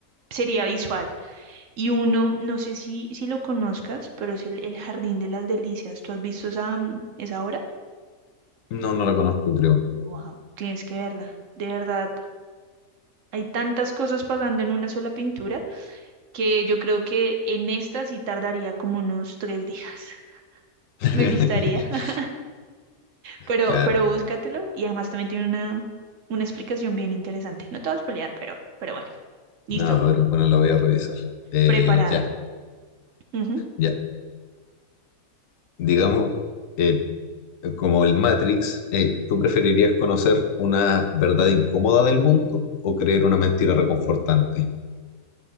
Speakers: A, on the right; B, on the left.
A: sería visual? Y uno, no sé si, si lo conozcas, pero es el, el Jardín de las Delicias. ¿Tú has visto esa, mm, esa obra?
B: No, no la conozco, creo.
A: Wow, tienes que verla, de verdad. Hay tantas cosas pasando en una sola pintura que yo creo que en esta sí tardaría como unos tres días.
B: <laughs>
A: Me gustaría, <laughs> pero,
B: Claro.
A: pero búscatelo y además también tiene una, una explicación bien interesante. No te vas a pelear, pero, pero bueno, listo,
B: No, pero bueno, la voy a revisar. Eh,
A: preparada.
B: ya.
A: Ujú.
B: Ya, digamos, eh, como el Matrix, eh, ¿tú preferirías conocer una verdad incómoda del mundo o creer una mentira reconfortante?